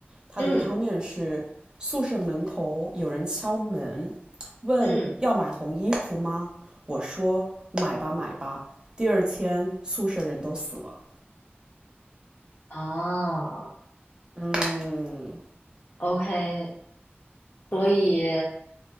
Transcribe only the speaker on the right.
他的一个汤面是宿舍门口有人敲门，
问要买红衣服吗？
我说买吧买吧。第二天宿舍人都死了。
嗯，